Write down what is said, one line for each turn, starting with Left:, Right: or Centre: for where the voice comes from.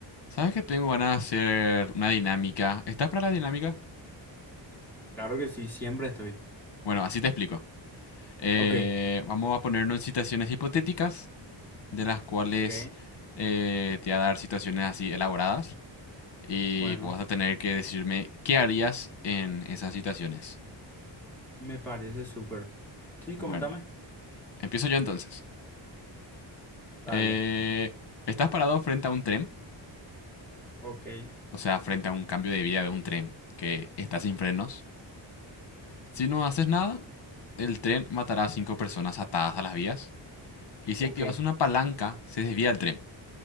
Left: ¿Sabes que tengo ganas de hacer una dinámica? ¿Estás para la dinámica?
Centre: Claro que sí, siempre estoy.
Left: Bueno, así te explico. Eh,
Centre: Ok,
Left: vamos a ponernos en situaciones hipotéticas, de las cuales
Centre: ok,
Left: eh, te voy a dar situaciones así elaboradas y
Centre: bueno,
Left: vos vas a tener que decirme qué harías en esas situaciones.
Centre: me parece súper. Sí, coméntame.
Left: Bueno, empiezo yo entonces.
Centre: Dale,
Left: Eh, estás parado frente a un tren,
Centre: ok,
Left: o sea, frente a un cambio de vía de un tren que está sin frenos. Si no haces nada, el tren matará a cinco personas atadas a las vías. Y si
Centre: ok,
Left: activas una palanca, se desvía el tren,